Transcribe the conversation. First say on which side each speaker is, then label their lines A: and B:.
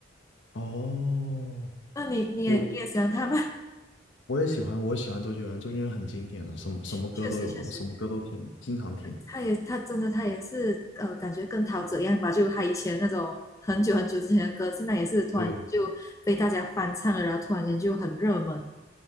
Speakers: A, on the left (about 70°); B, on the left (about 15°).
A: 哦，
B: 那你你也你也喜欢他吗？
A: 我我也喜欢，我也喜欢周杰伦。周杰伦很经典的，什么什么歌都有，
B: <laughs> 确实确实。
A: 我什么歌都听，经常听。
B: 他也他真的他也是呃，感觉跟陶喆一样吧，就他以前那种很久很久之前的歌，现在也是突然就被大家翻唱了，
A: 对，
B: 然后突然间就很热门。